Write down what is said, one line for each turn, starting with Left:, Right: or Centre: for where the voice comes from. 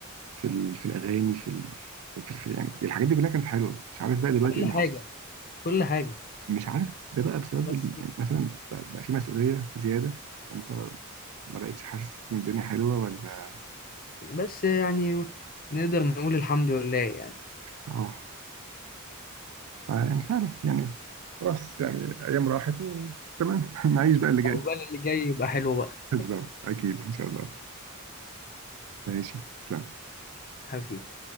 Right: في ال في الاغاني في, ال في, في يعني الحاجات دي كلها كانت حلوه مش عارف
Left: <laughs>
Right: بقى دلوقتي
Left: كل
Right: ايه اللي
Left: حاجة
Right: حصل
Left: كل حاجة
Right: مش عارف ده بقى بسبب
Left: بس
Right: ال- يعني مثلا بقى بقى في مسؤوليه زياده فانت ما بقتش حاسس ان الدنيا حلوه ولا
Left: بس يعني نقدر نقول الحمد لله يعني
Right: اه فيعني فعلا يعني خلاص يعني ايام راحت وتمام <laughs> نعيش بقى اللي جاي
Left: عقبال اللي جاي يبقى حلو بقى
Right: بالظبط اكيد ان شاء الله ماشي تسلم
Left: حبيبي